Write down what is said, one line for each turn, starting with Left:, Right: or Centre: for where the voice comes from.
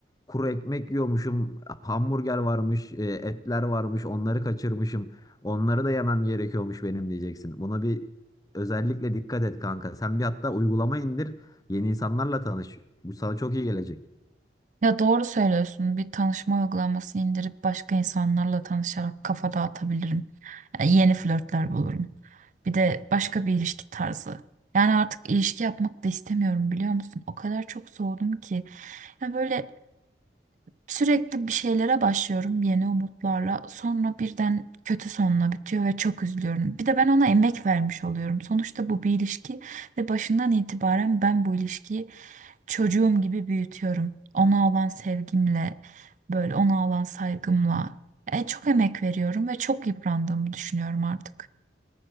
Left: kuru ekmek yiyormuşum. Hamburger varmış, e, etler varmış. Onları kaçırmışım. Onları da yemem gerekiyormuş benim diyeceksin. Buna bir özellikle dikkat et kanka. Sen bir hatta uygulama indir. Yeni insanlarla tanış. Bu sana çok iyi gelecek.
Right: Ya doğru söylüyorsun. Bir tanışma uygulaması indirip başka insanlarla tanışarak kafa dağıtabilirim. Yani yeni flörtler bulurum. Bir de başka bir ilişki tarzı. Yani artık ilişki yapmak da istemiyorum biliyor musun? O kadar çok soğudum ki. Ya böyle sürekli bir şeylere başlıyorum yeni umutlarla. Sonra birden kötü sonla bitiyor ve çok üzülüyorum. Bir de ben ona emek vermiş oluyorum. Sonuçta bu bir ilişki ve başından itibaren ben bu ilişkiyi çocuğum gibi büyütüyorum. Ona olan sevgimle, böyle ona olan saygımla. E, çok emek veriyorum ve çok yıprandığımı düşünüyorum artık.